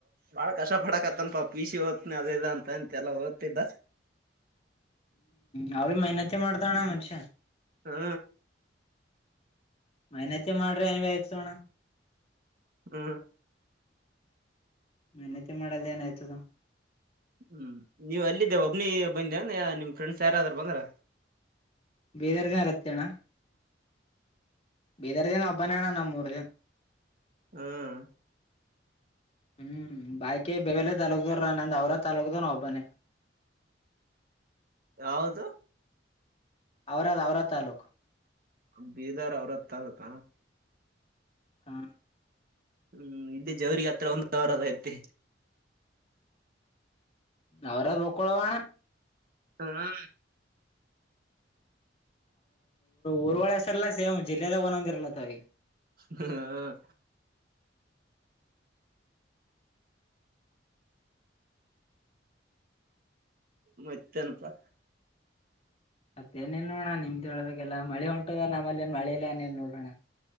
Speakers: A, on the right; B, on the left.
A: ಬಾಳ ಕಷ್ಟ ಪಡಕತ್ತನ್ ಪಾಪ ಪಿಸಿ ಓದ್ತನಿ ಅದೇದ ಅಂತ ಅಂತೆ ಎಲ್ಲ ಓದ್ತಿದ್ದ
B: ನಾ ಮಹನತಿ ಮಾಡ್ತಣ್ಣ ಮನುಷ್ಯ
A: ಹಾ
B: ಮೈನತಿ ಮಾಡ್ರಿ ಏನ್ವಿ ಆಯ್ತೋಣ
A: ಹ್ಮ
B: ಮೆಹನತಿ ಮಾಡಲ್ ಏನ ಆಯ್ತದ
A: ಹ್ಮ್ ನೀವ್ ಅಲ್ಲಿದ್ದೇ ಒಬ್ನಿ ಬಂದೇಂದ ನಿಮ್ ಫ್ರೆಂಡ್ಸ್ ಯಾರಾದ್ರರು ಬಂದ್ರ
B: ಬೀದರ್ಗನ ರತ್ಯಣ ಭೀದರದ ಒಬ್ಬನಣ ನಮ್ಮೂರ್ಜನ್
A: ಹ್ಮ್
B: ಹ್ಮ್ ಬಾಕೇ ಬೇರ್ ಬೇರಲೇ ತಾಲೂಕ್ ದೋರಾ ನಂದ ಔರಾದ್ ತಾಲೂಕ್ನಂವ ನ ಒಬ್ಬನೇ.
A: ಯಾವದು
B: ಔರಾದ್ ಔರಾದ್ ತಲ್ಲೂಕು
A: ಬೀದರ್ ಅವ್ರತ್ ತಾಲೂಕ
B: ಹಾ
A: ಹ್ಮ್ ಇಲ್ಲಿ ಜವರಿಗೆ ಹತ್ರ ಒಂದರದ ಐತಿ
B: ಅವರ್ದ್ ಹಕ್ಕೊಳವಣ
A: ಹಾ
B: ಊರ್ವಳ ಅಷ್ಟಲ್ಲ ಸೇಮ್ ಜಿಲ್ಲೆದಾಗ ಒನ್ದಿರಲತ್ತ ಅವ
A: ಹ್ ಹ್ಮ. ಮತ್ತೇನಪ್ಪಾ.
B: ಮತ್ತೇನ ಇಲ್ಲೊಣ ನಿಮ್ದೆ ಹೇಳಬೇಕೆಲ್ಲಾ ಮಳಿ ಹೊಂಟದ ನಮ್ಮಲೆನ್ ಮಳಿ ಇಲ್ಲ ಏನ್ ಇಲ್ ನೋಡಣ.